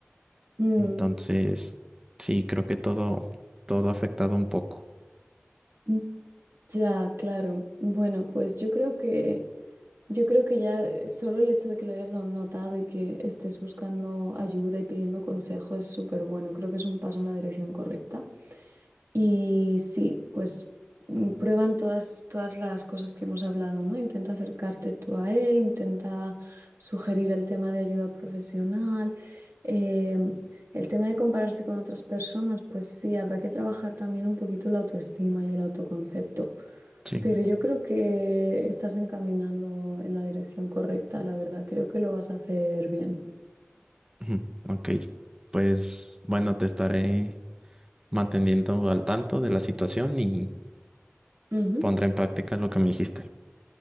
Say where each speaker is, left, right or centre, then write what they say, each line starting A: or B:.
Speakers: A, on the right; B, on the right.
A: mm,
B: Entonces, sí, creo que todo, todo ha afectado un poco.
A: mm. Ya, claro. Bueno, pues yo creo que yo creo que ya eh, solo el hecho de que lo hayas no- notado y que estés buscando ayuda y pidiendo consejo es súper bueno. Creo que es un paso en la dirección correcta. Y sí, pues mm, prueban todas, todas las cosas que hemos hablado, ¿no? Intenta acercarte tú a él, intenta sugerir el tema de ayuda profesional. eh, el tema de compararse con otras personas, pues sí, habrá que trabajar también un poquito la autoestima y el autoconcepto.
B: Sí.
A: Pero yo creo que estás encaminando en la dirección correcta, la verdad. Creo que lo vas a hacer bien.
B: Ujú. Ok. Pues bueno, te estaré manteniendo al tanto de la situación y
A: Ujú.
B: pondré en práctica lo que me dijiste.